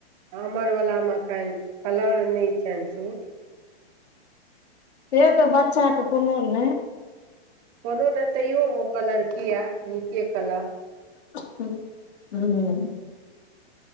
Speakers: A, on the right; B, on the left.
A: हमरवलामे एखन कलर नहि छैनि सूट
B: से तऽ बच्चा क कोनो नै
A: कोनो नै तैयो ओ कलर किया नीके कलर
B: उहू हू हू